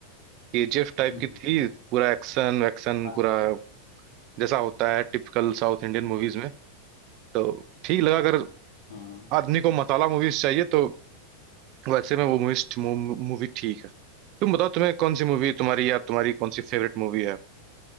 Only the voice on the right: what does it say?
केजीएफ टाइप
की थी पूरा एक्शन वैक्शन
पूरा जैसा होता है टिपिकल साउथ इंडियन मूवीज में तो ठीक लगा अगर
आदमी को मसाला मूवीज चाहिए तो वैसे में वो मूवीज मूवी ठीक है तुम बताओ तुम्हें कौन सी मूवी तुम्हारी या तुम्हारी कौन सी फेवरेट मूवी है